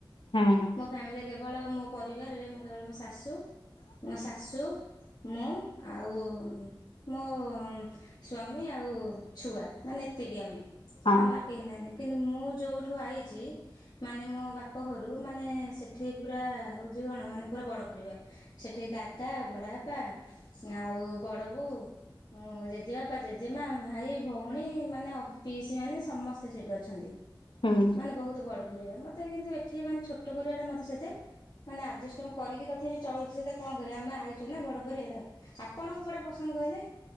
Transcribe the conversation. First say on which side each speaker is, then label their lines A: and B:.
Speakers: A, on the left (about 80°); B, on the left (about 50°).
A: ହୁଁ ଉଁ
B: ମୋ ଫ୍ୟାମିଲିରେ କେବଳ ମୋ ପରିବାରରେ ମୁଁ କେବଳ ମୋ ଶାଶୁ ମୋ ଶାଶୁ ମୁଁ ଆଉ ମୋ ସ୍ଵାମୀ ଆଉ ଛୁଆ ମାନେ ଏ ଏତିକି ଆମେ
A: ହଁ
B: ଆମର କେହି ନାହାନ୍ତି କିନ୍ତୁ ମୁଁ ଯୋଉଠୁ ଆଇଚି ମାନେ ମୋ ବାପ ଘରୁ ମାନେ ସେଠି ପୁରା ହଉଚି କଣ ମାନେ ପୁରା ବଡ ପରିବାର ସେଠି ଦାଦା, ବଡାବାପା ଆଉ ବଡ ବୋଉ ଉଁ ଜେଜେବାପା, ଜେଜେମା, ଭାଇ ଭଉଣୀ ମାନେ ପିଇସି ମାନେ ସମସ୍ତେ ସେଠି ଅଛନ୍ତି
A: ହୁଁ
B: ମାନେ ବହୁତ ବଡ ପରିବାର ମତେ କିନ୍ତୁ ଏ ଠି ମାନେ ଛୋଟ ପରିବାର ଟା ମତେ ସେତେ ମାନେ ଆଡଜଷ୍ଟିଙ୍ଗ ମୁ କରିକି ତଥାପି ଚଳୁଚି ହେଲେ କଣ କରିବାିବ ଆମେ ଆଇଚୁ ନା ବଡ ପରିବାର ଆପଣଙ୍କୁ କୁଉଟା ପସନ୍ଦ କହିଲେ?